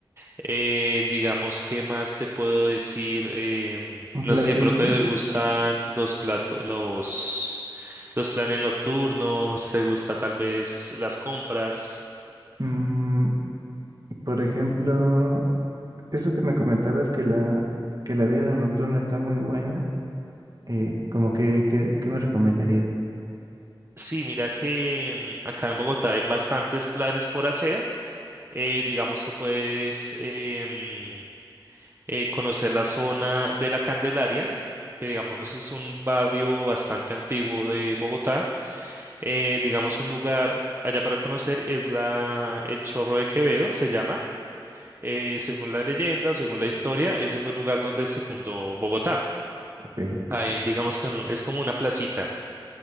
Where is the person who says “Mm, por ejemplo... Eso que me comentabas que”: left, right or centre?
Right